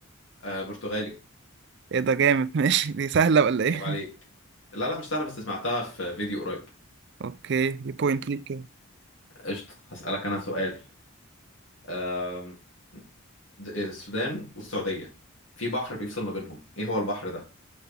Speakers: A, on the left (about 60°); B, on the right (about 55°).
A: آه برتغالي
B: ايه ده جامد <laughs> ماشي دي سهلة ولا ايه
A: عيب عليك
B: <laughs>
A: لا لا مش سهله بس سمعتها في فيديو قريب
B: اوكي دي بوينت ليك كده
A: قشطه هسألك انا سؤال أم، د- السودان والسعوديه في بحر بيفصل ما بينهم ايه هو البحر ده